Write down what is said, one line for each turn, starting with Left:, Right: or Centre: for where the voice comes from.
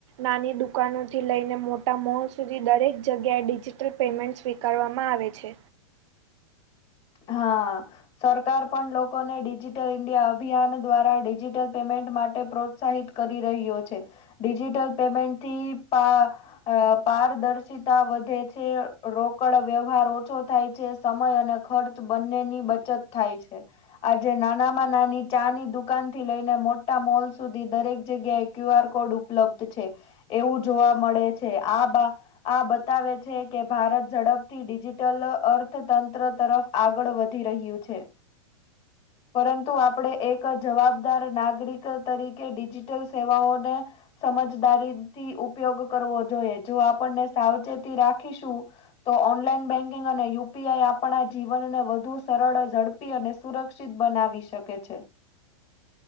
Right: નાની દુકાનો થી લઈને મોટા મોલ સુધી દરેક જગ્યાએ ડિજિટલ પેમેન્ટ સ્વીકારવામાં આવે છે
Left: હા સરકાર પણ લોકોને ડિજિટલ ઇન્ડિયા અભિયાન દ્વારા ડિજિટલ પેમેન્ટ માટે પ્રોત્સાહિત કરી રહ્યો છે ડિજિટલ પેમેન્ટથી અ પારદર્શિતા વધે છે રોકડ વ્યવહાર ઓછો થાય છે સમય અને ખર્ચ બંનેની બચત થાય છે આજે નાનામાં નાની ચા ની દુકાન થી લઈને મોટા મોલ સુધી દરેક જગ્યાએ ક્યુ આર કોડ ઉપલબ્ધ છે એવું જોવા મળે છે આ બા આ બતાવે છે કે ભારત ઝડપથી ડિજિટલ અર્થતંત્ર તરફ આગળ વધી રહ્યું છે પરંતુ આપણે એક જવાબદાર નાગરિક તરીકે ડિજિટલ સેવાઓને સમજદારી થી ઉપયોગ કરવો જોઈએ જો આપણને સાવચેતી રાખીશું તો ઓનલાઈન બેન્કિંગ અને યુપીઆઈ આપણા જ જીવનને વધુ સરળ ઝડપી અને સુરક્ષિત બનાવી શકે છે